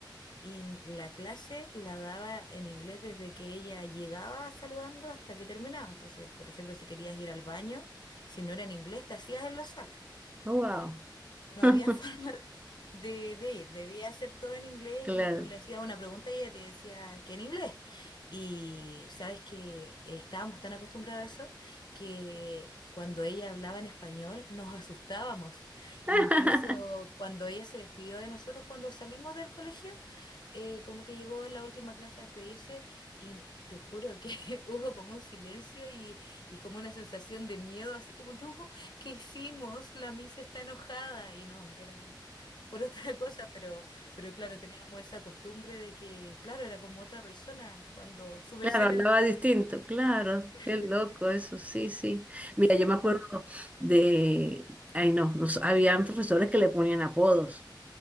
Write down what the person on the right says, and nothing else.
Oh, wow.
<laughs>
claro.
<laughs>
Claro, hablaba
distinto, claro,
qué loco
eso, sí, sí. Mira,
yo me acuerdo de, ay no, nos, habían profesores que le ponían apodos.